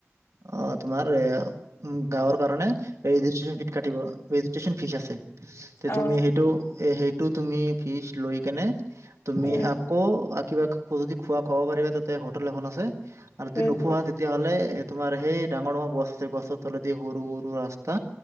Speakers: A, on the right; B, on the left.
A: অ', তোমাৰ এ উ গাঁৱৰ কাৰণে ৰেষ্ট্ৰিকচন কাটিব লাগিব ন ফিজ আছে
B: অ
A: তুমি সেইটো সেইটো তুমি ফিজ লৈ কেনে তুমি
B: উম
A: আকৌ কিবা যদি খোৱা খাব পাৰিবা তাতে হোটেল এখন আছে আৰু যদি
B: উম
A: নোখোৱাা
B: হম
A: তেতিয়াহ'লে তোমাৰ সেই ডাঙৰ, ডাঙৰ গছ আছে গছৰ তলেদি সৰু সৰু ৰাস্তা